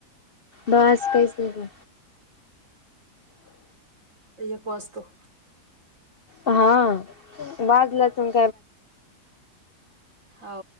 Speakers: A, on the left; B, on the right.
A: बास काहीच <unintelligible>
B: एक वाजतो.
A: हा वाजल्या तुन
B: हौ